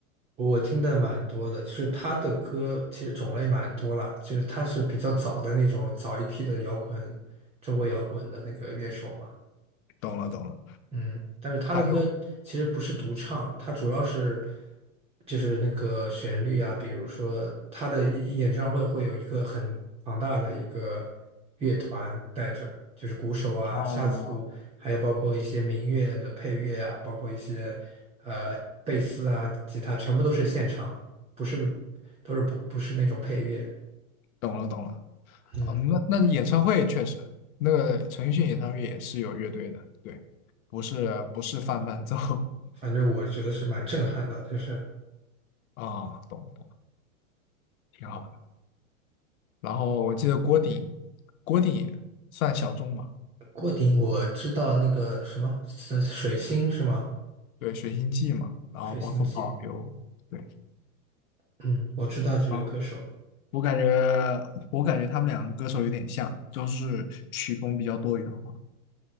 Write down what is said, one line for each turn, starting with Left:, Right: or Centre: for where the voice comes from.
Right: 我听的蛮多的，就是他的歌其实种类蛮多啦，就是他是比较早的那种早一批的摇滚，中国摇滚的那个乐手嘛。
Left: 懂了，懂了。
Right: 嗯，但是他的歌其实不是独唱，
Left: 还有，
Right: 他主要是就是那个旋律啊，比如说他的演唱会会有一个很庞大的一个乐团带着，就是鼓手啊、
Left: 哦，
Right: 架子鼓，还有包括一些民乐的配乐啊，包括一些呃贝斯啊、吉他，全部都是现场，不是都是不不是那种配乐。
Left: 懂了，懂了。
Right: 嗯，
Left: 嗯，那那演唱会确实，那个陈奕迅演唱会也是有乐队的，对，不是不是放伴奏
Right: 反正我觉得是蛮震撼的，就是
Left: <laughs> 啊，懂懂，挺好的。然后我记得郭顶，郭顶也算小众嘛，
Right: 郭顶，我知道那个什么呃水星是吗？
Left: 对，《水星记》嘛，然后包括保留，
Right: 水星记，
Left: 对，
Right: 嗯，我知道这个歌手，
Left: 啊。我感觉，我感觉他们两个歌手有点像，就是曲风比较多元化，